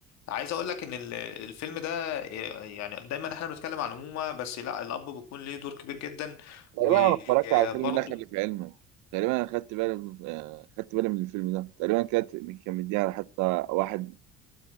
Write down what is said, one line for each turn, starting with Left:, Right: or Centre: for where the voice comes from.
Left: عايز اقول لك ان ال- الفيلم ده آه، يعني دايما احنا بنتكلم على الأمومة بس لا الأب بيكون ليه دور كبير جدا
Right: تقريبا
Left: وبرضه
Right: انا اتفرجت على الفيلم ده خلي في علمك تقريبا انا خدت بالي من آه، خدت بالي من الفيلم ده تقريبا كانت كان مديها حتى واحد